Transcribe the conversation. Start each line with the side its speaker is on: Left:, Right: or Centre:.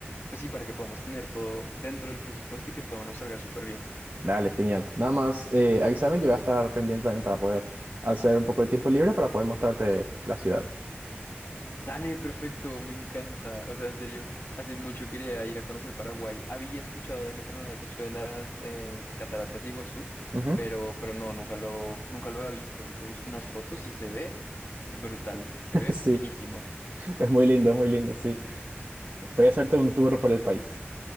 Left: pues sí, para que podamos tener todo dentro del presupuesto y que todo nos salga súper bien.
Right: Dale, genial. Nada más, eh, avísame, yo voy a estar pendiente también para poder hacer un poco de tiempo libre para poder mostrarte la ciudad.
Left: Dale, perfecto, me encanta. O sea, en serio, hace mucho quería ir a conocer Paraguay. Había escuchado de lo que me habías dicho de las eh, cataratas de Iguazú,
Right: Ujú.
Left: pero,
Right: <laughs>
Left: pero no, nunca lo, nunca lo había visto. Ahorita busco unas fotos y se ve brutal, se ve
Right: Sí,
Left: finísimo.
Right: es muy lindo, es muy lindo, sí. Voy a hacerte un tour por el país.